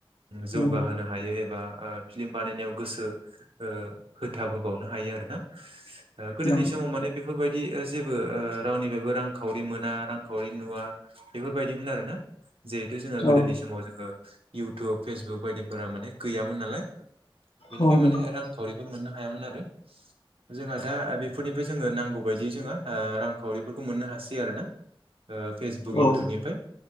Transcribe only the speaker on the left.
नंगौ
नंगौ
औ
औ
नंगौ
औ